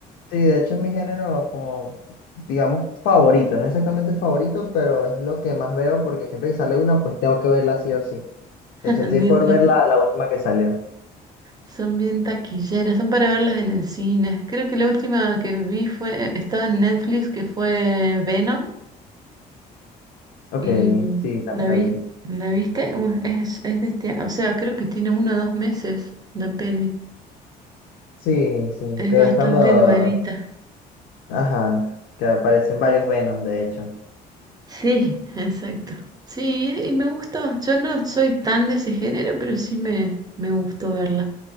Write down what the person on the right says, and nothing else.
De
una.
Son bien taquilleras, son para verlas en el cine. Creo que la última que vi fue, eh, estaba en Netflix, que fue Venom,
y
la
vi,
¿la viste? Uh, Es, es de este, o sea, creo que tiene uno o dos meses la peli.
Es
bastante
nuevita.
Sí, <laughs> exacto. Sí, y me gustó. Yo no soy tan de ese género, pero sí me, me gustó verla.